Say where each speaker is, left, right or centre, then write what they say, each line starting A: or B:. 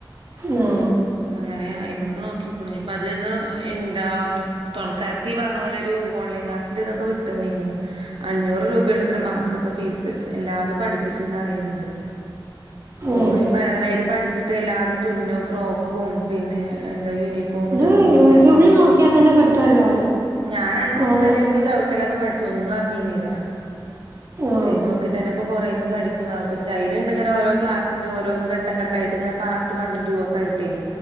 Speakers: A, on the right; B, on the right.
A: ആ
B: അങ്ങനെ അയിമ്മക്ക് നോക്കിക്കോളിഞ്ഞുപ്പൊ അതന്ന് എന്താ തുണക്കാരത്തി പറഞ്ഞ പോലൊരു ഓൺലൈൻ ക്ലാസിന്റെ ഇതൊക്കെ വിട്ടുന്നീനു അഞ്ഞൂറ് രൂപയണ്ടത്ര മാസത്തെ ഫീസ് എല്ലാതും പഠിപ്പിച്ചുന്ന് അറിയണണ്ട്
A: ഉം.
B: ഓളോ ഇപ്പ <unintelligible> പഠിച്ചിട്ട് ല്ലാതെ തുന്നും ഫ്രോക്കും പിന്നെ എന്താ യൂണിഫോമിന്റെ
A: ഇത്
B: പോട്ട്
A: യൂട്യൂബിൽ
B: യൂണിഫോം
A: നോക്കിയാൽ തന്നെ കിട്ടുമല്ലോ
B: ഞാൻ അത് നോക്കിട്ട്ന്നെ
A: ഓൺലൈൻ
B: ഇപ്പ ചവിട്ടലൊക്കെ പഠിച്ച തൊന്നും അറിഞ്ഞിന്നില്ല
A: ആ
B: അൽ നോക്കിട്ട്ന്നെപ്പ കൊറേ ക്ക പഠിക്കുഅതൊക്കെ ചയിലണ്ടങ്ങന ഓരോ ക്ലാസിന്റെ ഓരോന്ന് ഘട്ടംഘട്ട് ഇങ്ങനെ പാർട്ട് വണ്ണും ടുഒക്കെ ആയിട്ടേ